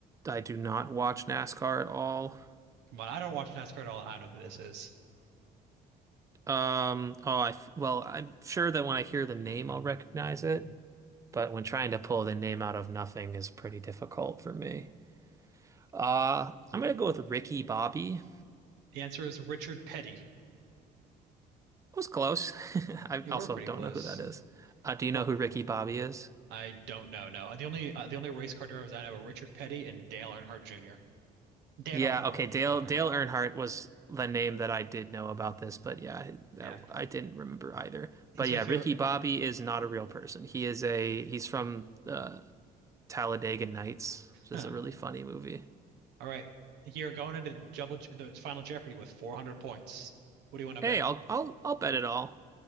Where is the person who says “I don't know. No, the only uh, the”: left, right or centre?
Right